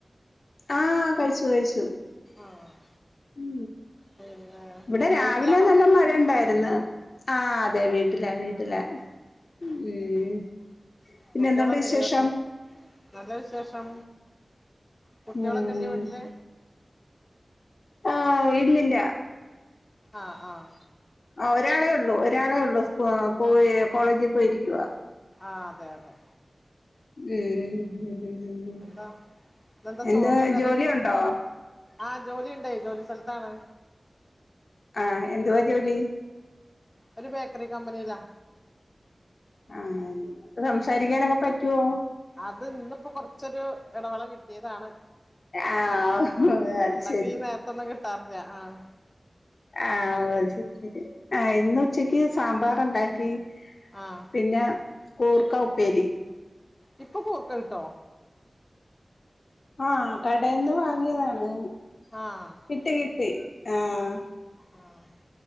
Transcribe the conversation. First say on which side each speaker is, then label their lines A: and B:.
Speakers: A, on the left; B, on the left.
A: ആഹ് കഴിച്ചു കഴിച്ചു.
B: ആഹ്
A: ഉ
B: പിന്നെ
A: ഇവിടെ രാവിലെ
B: വീട്ടിലാണോ
A: നല്ല മഴണ്ടായിര്ന്ന് ആഹ് അതെ വീട്ടില വീട്ടില ഉം പിന്നെ
B: കുട്ട്യോളൊക്കെല്ലേ
A: എന്തുണ്ട് വിശേഷം
B: വീട്ട്ല് നല്ല വിശേഷം കുട്ട്യാളൊക്കെല്ലെ
A: ഉം
B: വീട്ടില്
A: ആഹ് ഇല്ലില്ല.
B: ആഹ് ആഹ്
A: ആ ഒരാളെ ഉള്ളൂ ഒരാളെ ഉള്ളൂ സ് ആ പോയി കോളേജി പോയിരിക്കുവാ
B: ആ അതെ അതെ
A: ഉം ഉം ഉം ഉം
B: എന്താ ഇന്നെന്താ
A: എന്താ
B: ചോറിന് കറി
A: ജോലി ഉണ്ടോ
B: ആഹ് ജോലിണ്ടെയ് ജോലി സ്ഥൽത്താണ്
A: ആഹ് എന്തുവാ ജോലി?
B: ഒരു ബേക്കറി കമ്പനീല്ലാ.
A: ആഹ് സംസാരിക്കാനൊക്കെ പറ്റുവോ?
B: അത് ഇന്നിപ്പോ കൊർച്ചൊരു എടവേള കിട്ട്യേതാണ്.
A: ആ
B: ആഹ്
A: അത്
B: അല്ലെങ്കി
A: ശരി
B: ഈ നേര്ത്തൊന്നും കിട്ടാറില്ല ആഹ്
A: ആ ഓ ശരി ശരി ആ ഇന്ന് ഉച്ചക്ക് സാമ്പാറൊണ്ടാക്കി
B: ആഹ്
A: പിന്നെ കൂർക്ക ഉപ്പേരി.
B: ഇപ്പൊ കൂർക്ക കിട്ടോ?
A: ആഹ് കടേന്ന് വാങ്ങ്യേതാണ്
B: ആഹ്
A: കിട്ടി കിട്ടി ആഹ്
B: ആഹ്